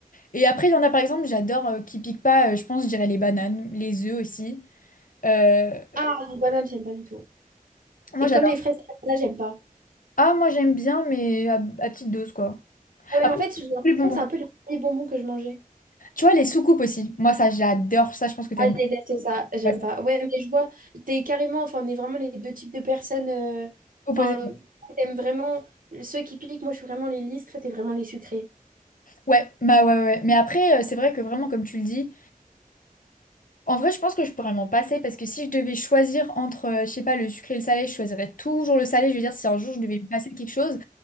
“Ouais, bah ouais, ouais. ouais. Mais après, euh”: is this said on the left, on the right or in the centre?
Left